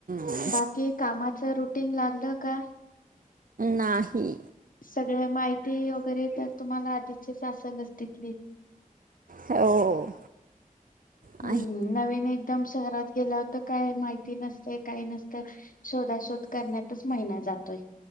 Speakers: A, on the right (about 70°); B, on the left (about 70°).
A: हा
B: बाकी कामाच रुटीन लागलं का?
A: नाही.
B: सगळं माहिती वगैरे तर तुम्हांला आधीचीच असलच तिथली,
A: हो..... आहे.
B: हूं... नवीन एकदम शहरात गेल्याव तर काय माहिती नसतंय, काय नसतंय. शोधा-शोध करण्यातच महिना जातोय,